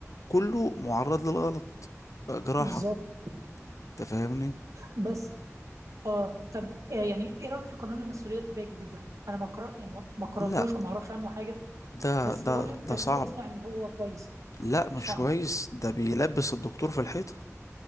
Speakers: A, on the left; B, on the right.
A: كله معرض للغلط آه، جراحة
B: بالظبط
A: انت فاهمني
B: بس اه طب آه، يعني ايه رايك في قانون المسؤوليه الطبيه الجديد ده انا ما قرأ يعني ما ما قراتوش
A: لا
B: وما اعرفش عنه حاجه
A: ده
B: بس
A: ده
B: بقول
A: ده
B: بس
A: صعب
B: بسمع ان هو كويس
A: لا مش
B: صعب
A: كويس ده بيلبس الدكتور في الحيطة